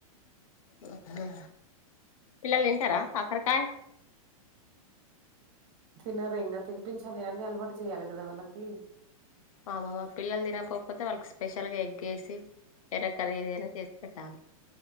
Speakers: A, on the left; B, on the right.
A: మ్ హు పిల్లలు తింటారా కాకరకాయ
B: తినరు ఇంగ తినిపించాలి అన్ని అలవాటు చేయాలి కదా వాళ్ళకి
A: ఆ మా పిల్లలు తినకపోకపోతే వాళ్ళకి స్పెషల్గా ఎగ్ ఏసి వేరే కర్రీ ఏదైనా చేసి పెట్టాలి